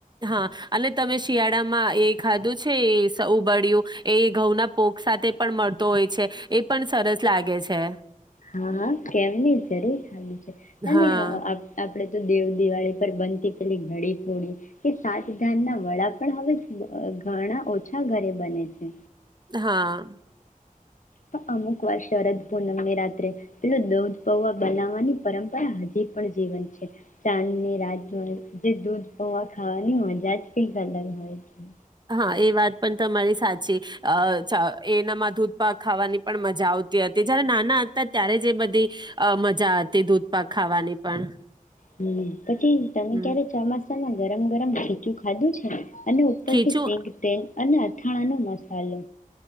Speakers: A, on the right (about 30°); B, on the left (about 65°).
A: હા અને તમે શિયાળામાં એ ખાધું છે એ સ ઉબળ્યું એ ઘઉંના પોક સાથે પણ મળતો હોય છે. એ પણ સરસ લાગે છે.
B: હા હા કેમની જરૂર ખાલી છે. અને
A: હા
B: આપણે તો દેવ દિવાળી પર બનતી પેલી ઘડીપોડી કે સાતધાન ના વડા પણ હવે ઘણા ઓછા ઘરે બને છે.
A: હા.
B: પણ અમુક વાર શરદ પૂનમ ની રાત્રે પેલું દૂધ પૌવા બનાવવાની પરંપરા હજી પણ જીવંત છે. ચાંદ ની રાતમાં જે દૂધ પૌવા ખાવાની મજા જ કંઈક અલગ હોય છે.
A: હા એ વાત પણ તમારી સાચી અ છા એનામાં દૂધ પાક ખાવાની પણ મજા આવતી હતી. જયારે નાના હતા ત્યારે જ એ બધી મજા હતી દૂધ પાક ખાવાની પણ.
B: હમ. પછી તમે
A: હમ
B: ક્યારે ચોમાસા તમે ગરમ ગરમ ખીચું ખાધું છે? અને ઉપરથી
A: ખીચું
B: સીંગ તેલ અને અથાણાં નો મસાલો.